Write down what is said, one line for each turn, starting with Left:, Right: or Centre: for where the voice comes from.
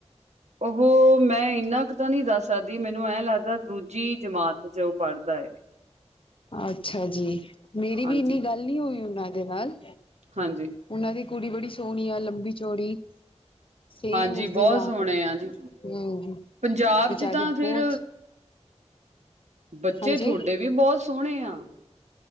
Right: ਔਹ, ਮੈਂ ਇੰਨਾ ਕ ਤਾਂ ਨੀ ਦੱਸ ਸਕਦੀ, ਮੈਨੂੰ ਐਂ ਲੱਗਦਾ ਦੂਜੀ ਜਮਾਤ ਚ ਔ ਪੜ੍ਹਦਾ ਏ।
Left: ਅੱਛਾ ਜੀ, ਮੇਰੀ
Right: ਹਾਂਜੀ
Left: ਵੀ ਇੰਨੀ ਗੱਲ ਨੀ ਹੋਈ ਉੱਨਾਂ ਦੇ ਨਾਲ।
Right: ਹਾਂਜੀ।
Left: ਉੱਨਾਂ ਦੀ ਕੁੜੀ ਬੜੀ ਸੋਣੀ ਆ, ਲੰਬੀ-ਚੌੜੀ। ਸੇਮ
Right: ਹਾਂਜੀ
Left: ਉਸਦੀ
Right: ਬਹੁਤ
Left: ਮਾਂ
Right: ਸੋਹਣੇ
Left: <unintelligible>
Right: ਆ ਜੀ ਪੰਜਾਬ
Left: ਵਿਚਾਰੀ
Right: ਚ ਤਾਂ
Left: ਬਹੁਤ
Right: ਫੇਰ ਬੱਚੇ
Left: ਹਾਂਜੀ,
Right: ਥੋਡੇ ਵੀ ਬੋਤ ਸੋਣੇ ਆ।